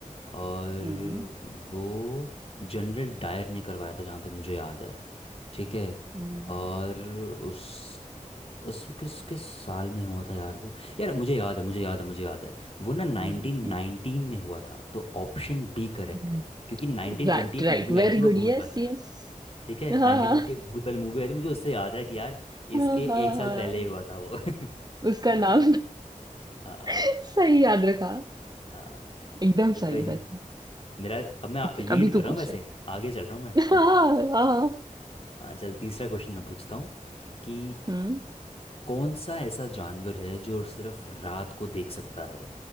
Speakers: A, on the left (about 45°); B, on the right (about 30°).
A: और
B: हम्म
A: वो जनरल डायर ने करवाया था जहाँ तक मुझे याद है ठीक है
B: हम्म
A: और उस उस किस किस साल में हुआ था यार वो यार मुझे याद है मुझे याद है मुझे याद है वो ना 1919
B: हम्म
A: में हुआ था तो ऑप्शन बी करेक्ट
B: हम्म
A: है क्योंकि 1920
B: Right
A: एक
B: right
A: मूवी
B: very
A: आई थी वो
B: good yes
A: भूत वाली
B: yes
A: ठीक है 1920
B: हाँ हाँ
A: एक भूत वाली मूवी आई थी मुझे उससे याद है कि यार
B: हाँ
A: इसके
B: हाँ
A: एक साल
B: हाँ।
A: पहले ही हुआ था वो <laughs>
B: उसका नाम
A: हाँ
B: <laughs> सही याद रखा
A: हाँ
B: एकदम
A: चल कोई
B: सही
A: नहीं
B: सच
A: मेरा अब मैं
B: ओके
A: लीड
B: अभी तू
A: कर रहा
B: पूछ
A: हूँ वैसे
B: ले
A: आगे चल रहा हूँ मैं
B: हाँ
A: that's it।
B: हाँ
A: हाँ चल तीसरा क्वेश्चन मैं पूछता हूँ कि
B: हम्म
A: कौन सा ऐसा जानवर है जो सिर्फ रात को देख सकता है